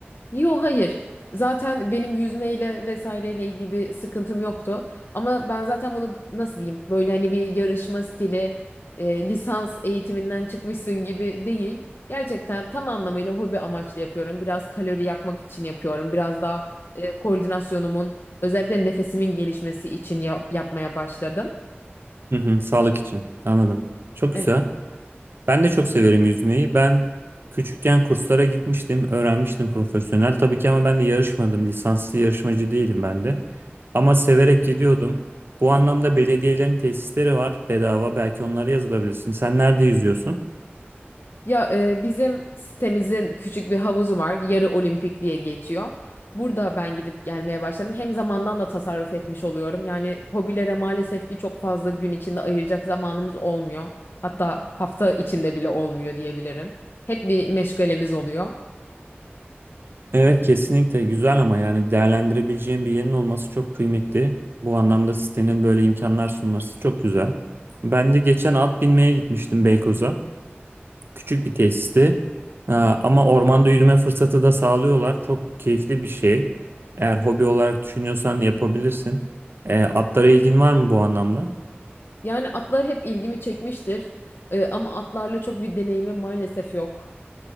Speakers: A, on the left (about 65°); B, on the right (about 60°).
A: Yo hayır. Zaten benim yüzmeyle vesaireyle ilgili bir sıkıntım yoktu. Ama ben zaten bunu nasıl diyeyim? Böyle hani bir yarışma stili, e, lisans eğitiminden çıkmışsın gibi değil. Gerçekten tam anlamıyla hobi amaçlı yapıyorum. Biraz kalori yakmak için yapıyorum. Biraz daha e, koordinasyonumun, özellikle nefesimin gelişmesi için ya- yapmaya başladım.
B: Hı hı, sağlık için. Anladım. Çok
A: Evet.
B: güzel. Ben de çok severim yüzmeyi. Ben küçükken kurslara gitmiştim, öğrenmiştim profesyonel. Tabii ki ama ben de yarışmadım. Lisanslı yarışmacı değilim ben de. Ama severek gidiyordum. Bu anlamda belediyelerin tesisleri var bedava. Belki onlara yazılabilirsin. Sen nerede yüzüyorsun?
A: Ya e, bizim sitemizin küçük bir havuzu var. Yarı olimpik diye geçiyor. Burada ben gidip gelmeye başladım. Hem zamandan da tasarruf etmiş oluyorum. Yani hobilere maalesef ki çok fazla gün içinde ayıracak zamanımız olmuyor. Hatta hafta içinde bile olmuyor diyebilirim. Hep bir meşgalemiz oluyor.
B: Evet kesinlikle güzel ama yani değerlendirebileceğin bir yerin olması çok kıymetli. Bu anlamda sitenin böyle imkanlar sunması çok güzel. Ben de geçen at binmeye gitmiştim Beykoz'a. Küçük bir tesisti. Ee, Ama ormanda yürüme fırsatı da sağlıyorlar. Çok keyifli bir şey. Eğer hobi olarak düşünüyorsan yapabilirsin. Ee, Atlara ilgin var mı bu anlamda?
A: Yani atlar hep ilgimi çekmiştir. Ee, ama atlarla çok bir deneyimim maalesef yok.